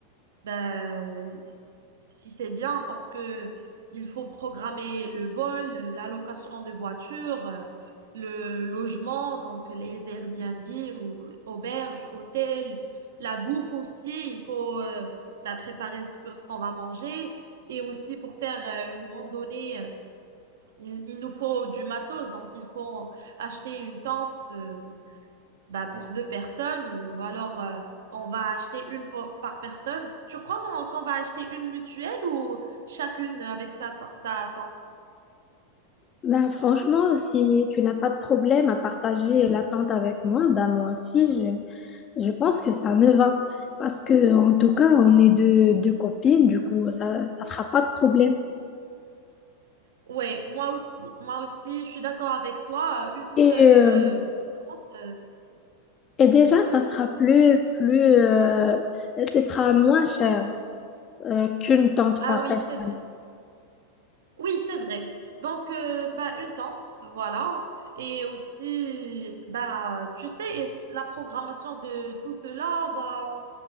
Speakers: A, on the right (about 60°); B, on the left (about 25°).
A: ben, si c'est bien parce que il faut programmer le vol, la location de voiture, euh, le logement, donc les Airbnb ou auberges, hôtels, la bouffe aussi. Il faut euh, ben, préparer ce que, ce qu'on va manger et aussi pour faire euh, une randonnée euh, il, il nous faut du matos, donc il faut acheter une tente euh, bah, pour deux personnes ou alors euh, on va acheter une pour- par personne. Tu crois qu'on qu'on va acheter une mutuelle ou chacune avec sa, te- sa tente?
B: Ben, franchement, si tu n'as pas de problème à partager l'attente avec moi, ben moi aussi, je, je pense que ça me va. Parce que, en tout cas, on est deux, deux copines, du coup, ça, ça fera pas de problème.
A: Oui, moi aussi. Moi aussi, je suis d'accord avec toi. euh, Une
B: Et
A: seule.
B: euh,
A: euh, euh,
B: Et déjà, ça sera plus, plus, euh, ce sera moins cher euh, qu'une tente
A: Ah
B: par
A: oui,
B: personne.
A: c'est vrai. Oui, c'est vrai. Donc, euh, bah, une tente, voilà. Et aussi, bah, tu sais, et c- la programmation de tout cela, bah, on-